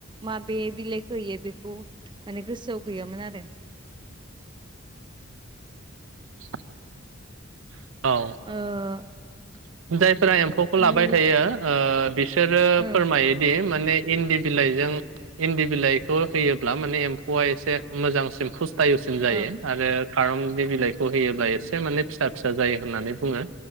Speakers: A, on the right; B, on the right.
A: माबे बिलाइखौ होयो बेखौ माने गोसोआव गैयामोन आरो।
B: <inaudible> औ।
A: ओ
B: <inaudible> फ्रा एम्फौखौ लाबाय
A: बेनि
B: थायो ओ बिसोरो
A: ओ
B: फोरमायोदि ने इन्दि बिलाइजों इन्दि बिलाइखौ होयोब्ला माने एम्फौआ एसे मोजांसिन पुसटायुसिन जायो
A: औ
B: आरो खारननि बिलाइखौ होयोब्ला एसे माने फिसा फिसा जायो होननानै बुङो